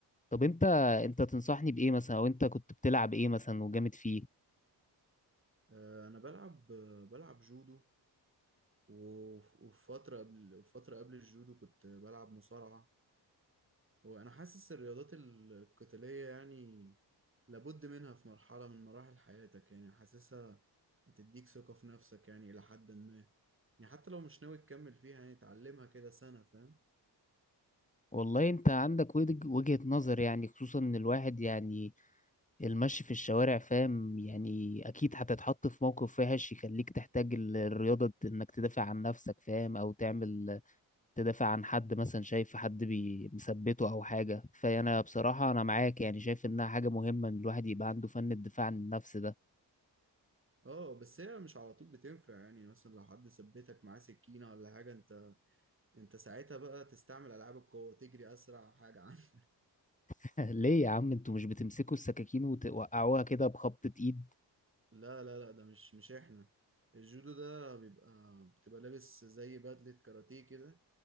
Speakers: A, on the left; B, on the right.
A: طب انت انت تنصحني بإيه مثلا او انت كنت بتلعب إيه مثلا وجامد فيه
B: آه انا بلعب آه، بلعب جودو و- وفي فترة قبل وفترة قبل الجودو كنت بلعب مصارعة وانا حاسس الرياضات القتالية يعني لابد منها في مرحلة من مراحل حياتك يعني حاسسها هتديك ثقة في نفسك يعني إلى حد ما يعني حتى لو مش ناوي تكمل فيها يعني تعلمها كده سنة فاهم
A: والله انت عندك وجه- وجهة نظر يعني خصوصا ان الواحد يعني المشي في الشوارع فاهم يعني اكيد هتتحط في موقف وحش يخليك تحتاج ال- الرياضة انك تدافع عن نفسك فاهم او تعمل تدافع عن حد مثلا شايف حد بي- مثبته او حاجه فانا بصراحه انا معاك يعني شايف انها حاجه مهمه ان الواحد يبقى عنده فن الدفاع عن النفس ده
B: اه بس هي مش على طول بتنفع يعني مثلا لو حد ثبتك معاه سكينة ولا حاجة انت انت ساعتها بقى تستعمل ألعاب القوة تجري أسرع حاجة عنه <laughs>
A: <laughs> ليه يا عم انتوا مش بتمسكوا السكاكين وتوقعوها كده بخبطه ايد
B: لا لا لا ده مش مش احنا الجودو ده بيبقى بتبقى لابس زي بدلة كاراتيه كده